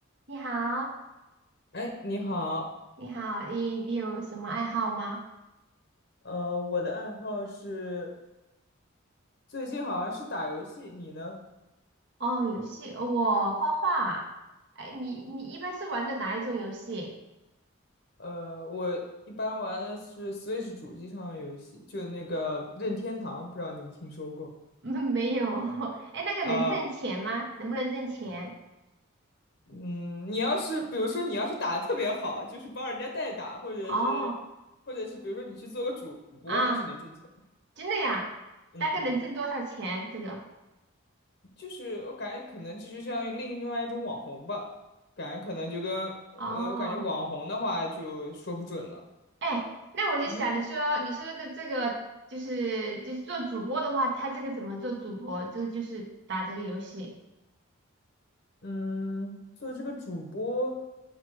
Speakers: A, on the right; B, on the left.
A: 你好，
B: 哎，你好，
A: 你好，你你有什么爱好吗？
B: 呃，我的爱好是最近好像是打游戏，你呢？
A: 哦，游戏，我画画。哎，你你一般是玩的哪一种游戏？
B: 呃，我一般玩的是 Switch 主机上的游戏，就那个任天堂，不知道你们听说过
A: <laughs> 没有。<laughs> 哎，那个能挣钱吗？
B: 啊？
A: 能不能挣钱？
B: 嗯，你要是比如说你要是打的特别好，就是帮人家代打，或者是
A: 哦，
B: 或者是比如说你去做个主播，
A: 啊，
B: 那是能挣钱。
A: 真的呀？
B: 嗯嗯，
A: 大概能挣多少钱？这个？
B: 就是我感觉可能这就像另外一种网红吧，感觉可能就跟呃，
A: 哦，
B: 我感觉网红的话就说不准了。
A: 哎，那我就想，
B: 嗯。
A: 你说你说的这个就是就是做主播的话，他这个怎么做主播？这个就是打这个游戏。
B: 嗯，做这个主播，